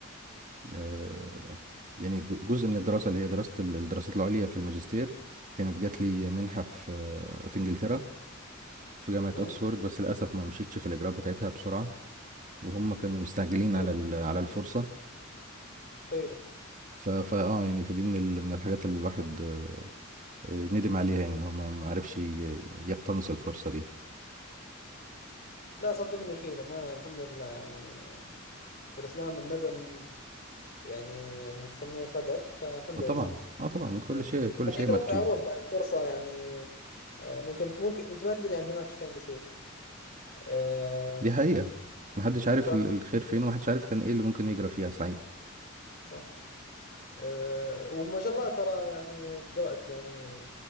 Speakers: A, on the right; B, on the left.
A: آه، يعني ج- جزء من الدراسة اللي هي دراسة ال- الدراسات العليا في الماجستير كانت جات لي منحة في في انجلترا في جامعة
B: امم
A: اوكسفورد بس للاسف ما مشيتش في الاجراءات بتاعتها بسرعة وهم كانوا مستعجلين
B: خيره
A: على ال- على الفرصة
B: خيره
A: ف فا اه يعني فدي من ال- من الحاجات اللي الواحد آه، آه، ندم عليها يعني ان هو ما ما عرفش ي- يقتنص الفرصة دي
B: لا صدقني خيره ما الحمد لله يعني في الاسلام الندم يعني نسميه القدر فالحمد
A: آه، طبعا
B: لله
A: اه طبعا كل
B: إيه.
A: شيء كل
B: اكيد
A: شيء
B: ربي
A: مكتوب
B: يعوض يعني فرصه يعني آه، ممكن ممكن انت ما تدري عن هناك ايش كان بيصير آه،
A: دي حقيقة محدش عارف
B: صح
A: ال- الخير فين ومحدش عارف كان ايه اللي ممكن يجرى فيها صحيح
B: صح آه، وما شاء الله ترى يعني درأت يعني